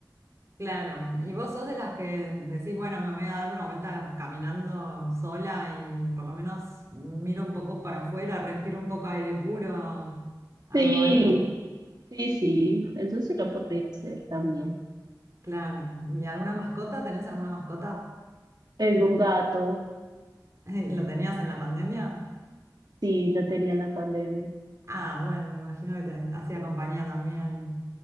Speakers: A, on the right; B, on the right.
A: Claro, y vos sos de las que decís, bueno, me voy a dar una vuelta caminando sola y por lo menos miro un poco para afuera, respiro un poco aire puro, hago
B: Sí,
A: algo.
B: sí, sí. Eso sí lo podría hacer también.
A: Claro, ¿y alguna mascota? ¿Tenés alguna mascota?
B: Tengo un gato.
A: <laughs> ¿Lo tenías en la pandemia?
B: Sí, lo tenía en la pandemia.
A: Ah, bueno, me imagino que te hacía compañía también.